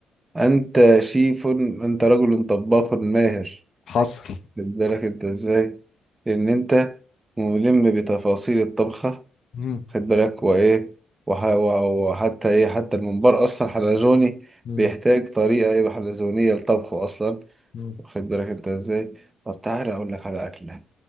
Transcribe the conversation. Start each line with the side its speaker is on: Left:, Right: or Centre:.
Right: انت شيف انت رجل طباخ ماهر
Left: حصل
Right: خد بالك انت ازاي لان انت ملم بتفاصيل الطبخة
Left: <laughs> مم.
Right: خد بالك وايه وح... وحتى ايه حتى الممبار اصلا حلزوني
Left: مم.
Right: بيحتاج طريقة ايه حلزونية لطبخه اصلا
Left: مم.
Right: واخد بالك انت ازاي طب تعالى اقول لك على اكله